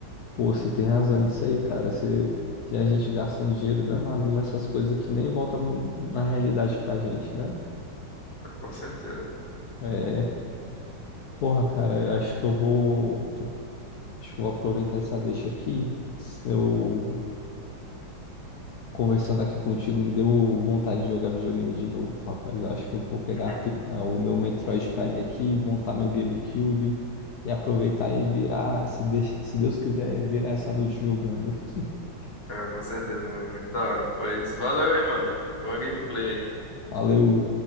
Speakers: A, on the left (about 65°); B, on the left (about 35°).
A: Pô, você tem razão nisso aí, cara. Você, já a gente gasta um dinheiro danado nessas coisas que nem volta na realidade pra gente, né?
B: Ah, Com certeza.
A: É, porra, cara, acho que eu vou, tu- acho que eu vou aproveitar essa deixa aqui. Eu conversando aqui contigo me deu vontade de jogar videogame de novo, rapaz. Eu Acho que eu vou pegar
B: <laughs>
A: a fi- a- o meu Metroid Prime aqui, montar meu GameCube e aproveitar e virar, se, deix- se Deus quiser, virar essa noite jogando. <laughs>
B: Ah, com certeza, mano. Muito da hora. Pois valeu aí, mano. Boa gameplay aí.
A: Valeu.